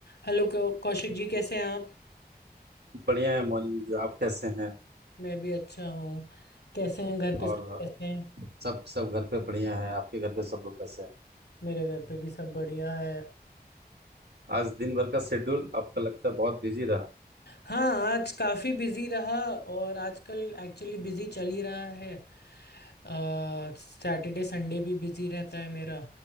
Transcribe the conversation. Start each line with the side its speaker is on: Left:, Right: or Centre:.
Left: Hello कौ- कौशिक जी कैसे हैं आप
Right: बढ़िया है मोनी जी आप कैसे हैं
Left: मैं भी अच्छा हूँ कैसे हैं घर पे
Right: और
Left: सब कैसे हैं
Right: सब सब घर पे बढ़िया है आपके घर पे सब लोग कैसे हैं
Left: मेरे घर पे भी सब बढ़िया है
Right: आज दिन भर का शेड्यूल आपका लगता है बहुत बिजी रहा
Left: हाँ आज काफ़ी बिजी रहा और आजकल एक्चुअली बिजी चल ही रहा है आ, सैटरडे संडे भी बिजी रहता है मेरा